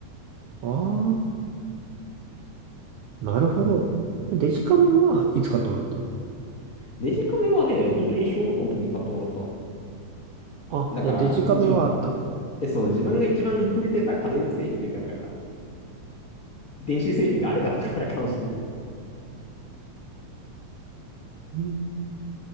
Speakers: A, on the right; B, on the left.
A: あ、なるほど。デジカメはいつ買ってもらったの
B: デジカメはね、本当に小学校の時に買ってもらった。
A: あ、
B: だから、
A: じゃあデジカメはあったんだ。
B: 自分、え、そう、自分が一番触れてた家電製品というか、なんか、なんか電子製品があれだったからかもしれない。
A: うん。